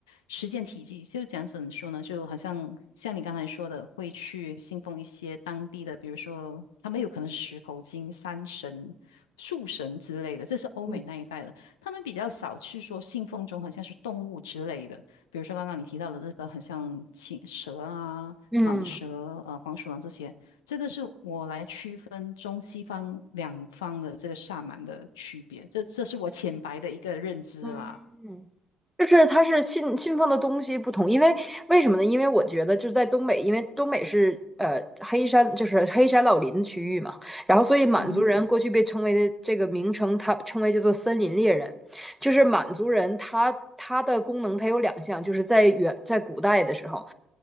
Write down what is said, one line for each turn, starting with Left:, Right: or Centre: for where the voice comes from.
Left: 实践体系，就讲怎么说呢，就好像像你刚才说的，会去信奉一些当地的，比如说他们有可能是石头精、山神。树神之类的，这是欧美那一带的。
Centre: 嗯
Left: 他们比较少去说信奉中好像是动物之类的，比如说刚刚你提到的这个很像青蛇啊、
Centre: 嗯。
Left: 蟒蛇、呃黄鼠狼这些，这个是我来区分中西方两方的这个萨满的区别，这这是我浅白的一个认知啦。
Centre: 嗯，就是它是信信奉的东西不同，因为为什么呢？因为我觉得就是在东北，因为东北是呃黑山，就是黑山老林区域嘛，然后所以满族人过去被称为的这个名称，
Left: 嗯哼，
Centre: 它称为叫做森林猎人，就是满族人他他的功能它有两项，就是在远在古代的时候，